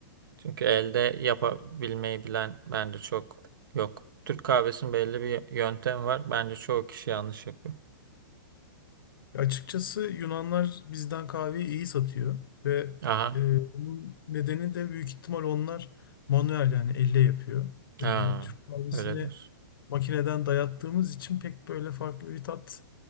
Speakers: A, on the right (about 75°); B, on the left (about 80°).
A: Çünkü elde yapabilmeyi bilen bence çok yok. Türk kahvesinin belli bir yöntemi var. Bence çoğu kişi yanlış yapıyor.
B: Açıkçası Yunanlar bizden kahveyi iyi satıyor ve
A: Aha.
B: e, bunun nedeni de büyük ihtimal onlar manuel yani elle yapıyor.
A: Ha,
B: E, Türk kahvesini
A: öyledir.
B: makineden dayattığımız için pek böyle farklı bir tat